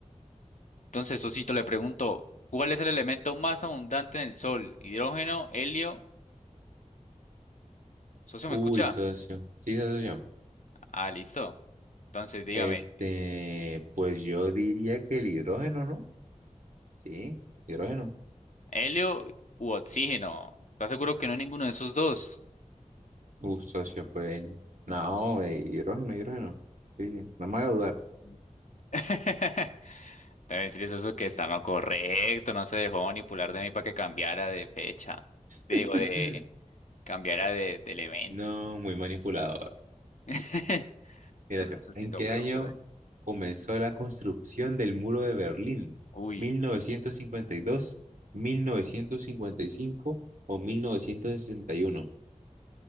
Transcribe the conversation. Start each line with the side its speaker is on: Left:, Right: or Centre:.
Left: Entonces, socito, le pregunto, ¿cuál es el elemento más abundante en el Sol? ¿Hidrógeno, helio? ¿Socio,
Right: Uy,
Left: me escucha?
Right: socio. Sí, socio.
Left: Ah, listo. Entonces, dígame.
Right: Este, pues yo diría que el hidrógeno, ¿no? Sí, hidrógeno.
Left: ¿Helio u oxígeno? ¿Estás seguro que no es ninguno de esos dos?
Right: Uf, socio, pues no, eh, hidrógeno, hidrógeno. Sí, sí, no me haga dudar.
Left: Mm. <laughs> Debe decirles eso que está no correcto, no se dejó manipular de mí para que cambiara de fecha, digo,
Right: <laughs>
Left: de cambiara de, de elemento.
Right: No, muy manipulador.
Left: <laughs>
Right: Mira
Left: Entonces,
Right: yo,
Left: Sosito,
Right: ¿en qué
Left: pregúntame.
Right: año comenzó la construcción del muro de Berlín?
Left: Uy,
Right: ¿1952, 1955 o 1961?